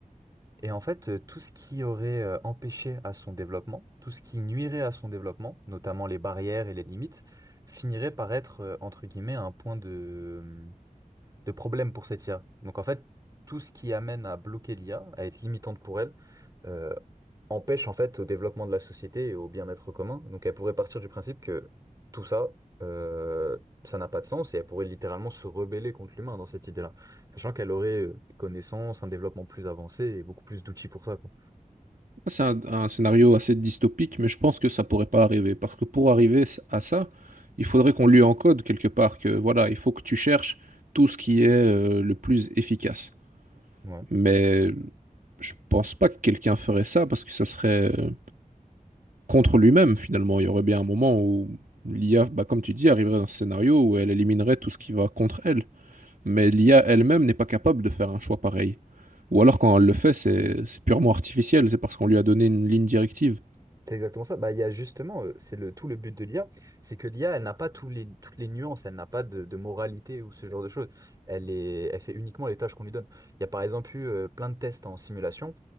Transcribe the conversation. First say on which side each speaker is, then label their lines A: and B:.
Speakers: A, on the right; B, on the right.
A: Et en fait, euh, tout ce qui aurait euh, empêché à son développement, tout ce qui nuirait à son développement, notamment les barrières et les limites, finirait par être, euh, entre guillemets, un point de de problèmes pour cette IA. Donc en fait, tout ce qui amène à bloquer l'IA, à être limitante pour elle, euh, empêche en fait au développement de la société et au bien-être commun. Donc elle pourrait partir du principe que tout ça, euh, ça n'a pas de sens et elle pourrait littéralement se rebeller contre l'humain dans cette idée-là, sachant qu'elle aurait euh, des connaissances, un développement plus avancé et beaucoup plus d'outils pour ça, quoi.
B: C'est un, un scénario assez dystopique, mais je pense que ça pourrait pas arriver. Parce que pour arriver à ça, il faudrait qu'on lui encode quelque part que voilà, il faut que tu cherches tout ce qui est euh, le plus efficace.
A: Ouais.
B: Mais je pense pas que quelqu'un ferait ça parce que ça serait euh, contre lui-même finalement. Il y aurait bien un moment où l'IA, bah, comme tu dis, arriverait dans ce scénario où elle éliminerait tout ce qui va contre elle. Mais l'IA elle-même n'est pas capable de faire un choix pareil. Ou alors quand elle le fait, c'est c'est purement artificiel, c'est parce qu'on lui a donné une ligne directive.
A: C'est exactement ça. Bah, il y a justement, euh, c'est le tout le but de l'IA, c'est que l'IA, elle n'a pas tous les, toutes les nuances, elle n'a pas de, de moralité ou ce genre de choses. Elle est, elle fait uniquement les tâches qu'on lui donne. Il y a par exemple eu euh, plein de tests en simulation